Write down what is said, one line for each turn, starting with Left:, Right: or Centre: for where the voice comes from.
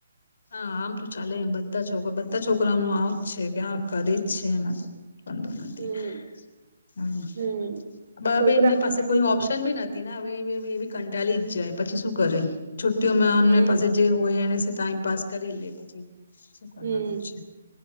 Left: હા આમ તો ચાલે એમ બધા છોકધા <unintelligible> છોકરાઓનું આવજ છે, કે આવકારે જ છે, એમાં તો નથી
Right: હમ
Left: હ
Right: હમ
Left: ભાઈ
Right: છોકરાઓનું
Left: એમને પાસે
Right: એવું
Left: કોઈ
Right: જ
Left: ઓપ્શન
Right: છે
Left: બી નથી <unintelligible> હવે એ બી કંટાલીી જ જાય પછી શું કરે <unintelligible> છુ્ટીમાં
Right: હમ
Left: અમને પાસે જે હોય એને <unintelligible> તામ પાસ કરી લે પછી <unintelligible> શું કરવાનું
Right: હમ
Left: છે,